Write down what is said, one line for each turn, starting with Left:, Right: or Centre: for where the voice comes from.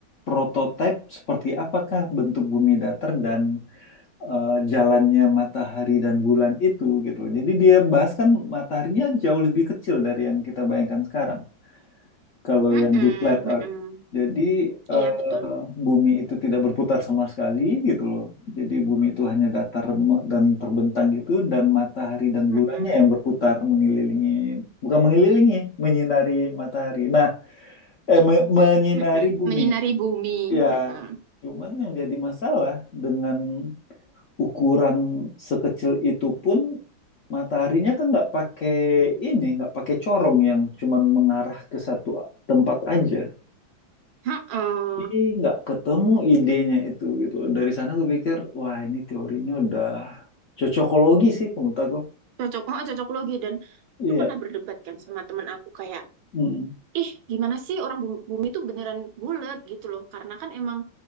Left: prototipe seperti apakah bentuk bumi datar dan eh, jalannya matahari dan bulan itu gitu. Jadi dia bahas kan mataharinya jauh lebih kecil dari yang kita bayangkan sekarang. Kalau
Right: Mm-mm,
Left: yang di flat
Right: mm-mm.
Left: earth, jadi eh,
Right: Iya betul.
Left: bumi itu tidak berputar sama sekali gitu loh. Jadi bumi itu hanya datar remuk dan terbentang gitu, dan matahari dan
Right: Mm-mm,
Left: bulannya yang berputar mengelilingi, bukan mengelilingi, menyinari matahari. Nah, eh me- menyinari
Right: mm-mm.
Left: bumi.
Right: Menyinari bumi.
Left: Ya,
Right: Mm-mm.
Left: cuman yang jadi masalah dengan ukuran sekecil itu pun mataharinya kan nggak pakai ini, nggak pakai corong yang cuman mengarah ke satu tempat aja.
Right: mm
Left: Ih, nggak ketemu idenya itu gitu loh. Dari sana gue pikir, wah ini teorinya udah cocokologi sih kalau menurut aku.
Right: Cocok, oh, cocok logi dan aku
Left: Iya,
Right: tuh pernah berdebat kan sama teman aku kayak,
Left: mm.
Right: ih gimana sih orang bumi, bumi tuh beneran bulat gitu loh. Karena kan emang